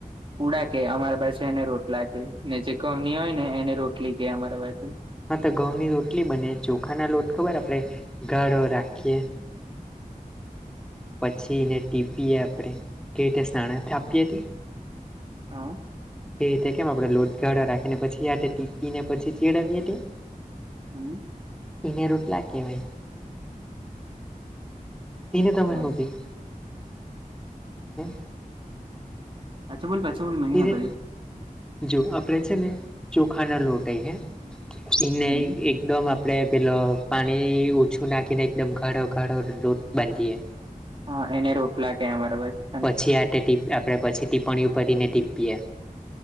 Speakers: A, on the right; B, in the centre.
A: પુડા કે અમારા પાસે એને રોટલા કે ને જે ગમની હોય ને એને રોટલી કે અમારા બાજુ
B: હા તે ઘઉં ની રોટલી બને ચોખા ના લોટ ખબર આપડે ગાઢો રાખીએ. પછી એને ટીપીએ આપણે કે તે સનાના થાપીએ તે
A: હા.
B: તે રીતે કેમ આપડે લોટગાળા રાખીને પછી ટીપીને પછી ચેડાવી હતી.
A: હમ.
B: એને રોટલા કહેવાય તેને તમે
A: બરાબર
B: હો ગઈ હું.
A: સાચું બોલ પાછું મહીના
B: હે તેને
A: ભળે
B: જો આપને છે ને ચોખા ના લ લોટહી હૈ એને
A: હમ
B: એક એકદમ આપડે પેલો પાણી ઓછું નાખીને એકદમ ઘાળો ઘાળો લોટ બાંધીએ.
A: હા એને રોટલા કેેય અમારા બાછુ હને
B: જે હાથે ટીપ આપણે પછી ટીપ્પણીયુ પરિને ટીપીએ.